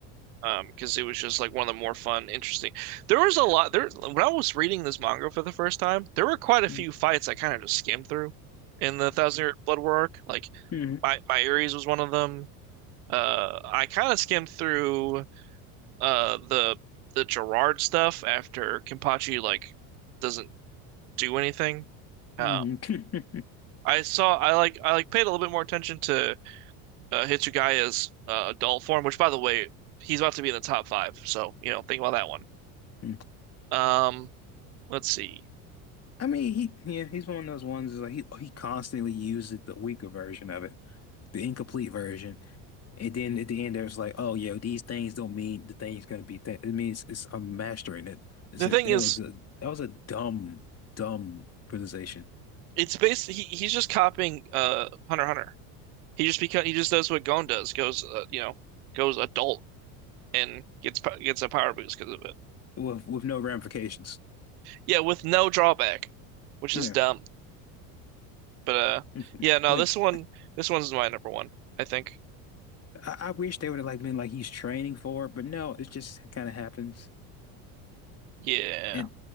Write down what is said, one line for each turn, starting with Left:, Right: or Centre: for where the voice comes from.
Right: um because it was just like one of the more fun interesting there was a lot there when I was reading this manga for the first time there were quite
Left: <laughs>
Right: a
Left: mm,
Right: few fights I kind of just skimmed through in the Thousand Year Blood War arc like
Left: mm,
Right: my my Ares was one of them uh I kind of skimmed through uh the the Gerard stuff after Kenpachi like doesn't do anything
Left: mm,
Right: um
Left: mm. <laughs>
Right: I saw I like I like paid a little bit more attention to uh, Hitsugaya's uh, adult form which by the way he's about to be in the top five so you know think about that one
Left: Mm.
Right: Um, let's see.
Left: I mean, he yeah, he's one of those ones is like he he constantly uses the weaker version of it, the incomplete version, and then at the end there's like, oh yeah, these things don't mean the thing's gonna be that. It means it's I'm mastering it. It's
Right: The
Left: a,
Right: thing
Left: that
Right: is,
Left: was a that was a dumb dumb realization
Right: it's basically he, he's just copying uh Hunter x Hunter. He just beca he just does what Gon does, goes uh, you know, goes adult and gets po- gets a power boost because of it.
Left: with with no ramifications.
Right: Yeah, with no drawback, which
Left: Yeah,
Right: is dumb. But uh
Left: <laughs>
Right: yeah, no, this one
Left: like
Right: this one's my number one, I think.
Left: I, I wish they would have like been like he's training for it, but no, it just kind of happens.
Right: Yeah.
Left: And